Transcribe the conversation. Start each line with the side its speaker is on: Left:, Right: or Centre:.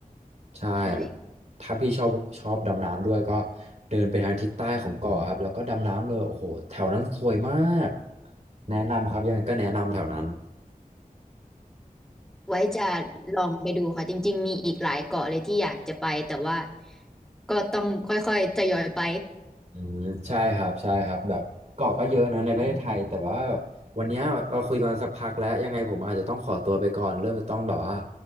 Right: ใช่
Centre: ใช่
Right: ถ้าพี่ชอบชอบดำน้ำด้วยก็เดินไปทางทิศใต้ของเกาะครับแล้วก็ดำน้ำเลยโอ้โหแถวนั้นสวยมากแนะนำครับยังไงก็แนะนำแถวนั้น
Centre: ไว้จะลองไปดูค่ะจริงๆมีอีกหลายเกาะเลยที่อยากจะไปแต่ว่าก็ต้องค่อยๆทยอยไป
Right: อืมใช่ครับใช่ครับแบบเกาะก็เยอะเนอะในประเทศไทยแต่ว่าวันเนี้ยเราคุยกันสักพักแล้วยังไงผมอาจจะต้องขอตัวไปก่อนเริ่มจะต้องแบบว่า